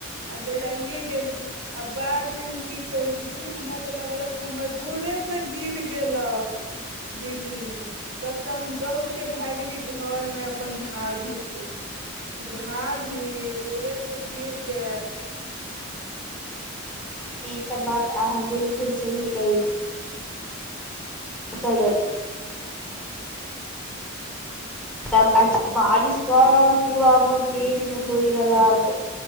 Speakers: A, on the right (about 70°); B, in the centre.
A: आ डेराइे गेली आ बाद मे हम की कली हमरा ते लगलक क हमर दूरे पे गिर गेलक बिजली तब तऽ हम दौड़के भागली घरमे अपन भाभीके कि भाभी दूरे पे गिर ग
B: ईी तऽ बात अहाँ बिलकुल सही कहई तल रह तब बारिश एकदम पूरा एकदम तेज मे होइ रहलक